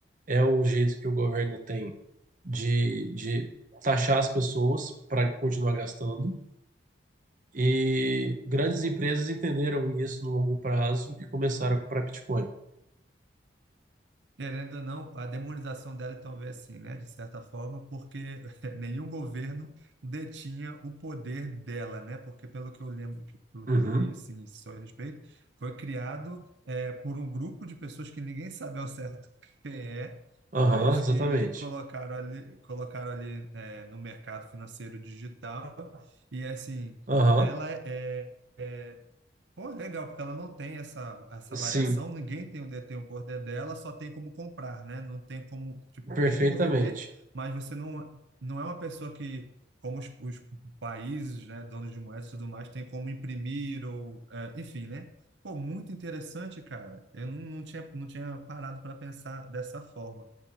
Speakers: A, on the right; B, on the right.
A: é o jeito que o governo tem de, de taxar as pessoas para continuar gastando. E grandes empresas entenderam isso no longo prazo e começaram a comprar Bitcoin.
B: Querendo ou não, a demonização dela então veio assim, né? De certa forma, porque <laughs> nenhum governo detinha o poder dela, né? Porque pelo que eu lembro, que- pelo
A: Uhum.
B: que eu li, assim, só a respeito, foi criado eh, por um grupo de pessoas que ninguém sabe ao certo quem é,
A: Aham,
B: mas
A: exatamente.
B: que colocaram ali, colocaram ali eh, no mercado financeiro digital e assim,
A: Aham,
B: ela é é, Pô, legal, porque ela não tem essa, essa
A: sim,
B: variação, ninguém tem o, de- tem o poder dela, só tem como comprar, né? Não tem como, tipo,
A: perfeitamente.
B: tem como vender, mas você não, não é uma pessoa que, como os, os países, né, donos de moedas e tudo mais, tem como imprimir ou, é, enfim, né? Pô, muito interessante, cara. Eu não, não tinha, não tinha parado para pensar dessa forma.